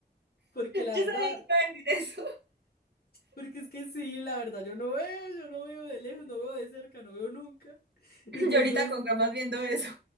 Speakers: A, on the left; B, on the right.
A: Porque la
B: Yo
A: verdad,
B: sabía que iba a decir eso.
A: porque es que sí, la verdad, yo no veo, yo no veo de lejos, no veo de cerca, no veo nunca. <laughs>
B: <laughs>
A: Entonces,
B: Yo ahorita con gafas viendo eso.